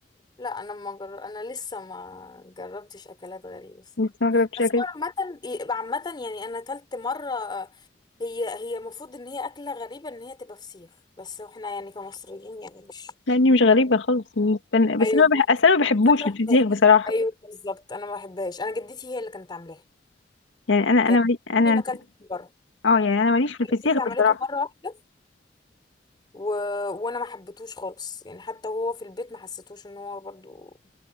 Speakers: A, on the left (about 25°); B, on the left (about 80°).
A: لا انا ما جر... انا لسه ما جربتش اكلات غريبة الصراحة
B: لسه ما جربتش
A: بس
B: اكل
A: هو عامة عامة يعني انا اكلت مرة هي هي المفروض ان هي اكلة غريبة ان هي تبقى فسيخ بس احنا يعني كمصريين يعني مش <laughs>
B: لاني مش غريبه خالص بالنسبة لي. بس
A: ايوه
B: انا ما بح...
A: بس
B: أصل انا ما بحبوش
A: انا
B: الفسيخ
A: ما بحبهاش
B: بصراحه
A: ايوه بالظبط انا ما بحبهاش انا جدتي هي اللي كانت عاملاها
B: يعني انا
A: يعني
B: انا مالي- انا
A: عمري ما اكلت من بره
B: اه يعني انا ماليش في الفسيخ
A: جدتي عملته
B: بصراحه
A: مرة واحدة و... وانا ما حبيتهوش خالص يعني حتى وهو في البيت ما حسيتوش ان هو برضو